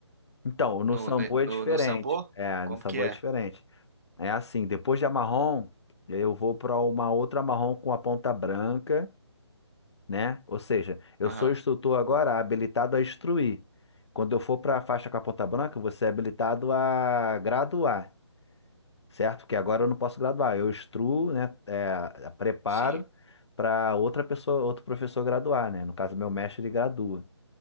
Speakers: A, on the left; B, on the right.
A: Então, no
B: No,
A: Sambo
B: ne-
A: é
B: no,
A: diferente.
B: no sambô?
A: É,
B: Como
A: no Sambo
B: que é?
A: é diferente. É assim, depois de Amarrom, eu vou pra uma outra Amarrom com a ponta branca, né? Ou seja, eu
B: Aham,
A: sou instrutor agora habilitado a instruir. Quando eu for pra faixa com a ponta branca, você é habilitado a graduar. certo? Porque agora eu não posso graduar, eu instruo, né, é, preparo
B: sim.
A: para outra pessoa, outro professor graduar, né? No caso, meu mestre ele gradua.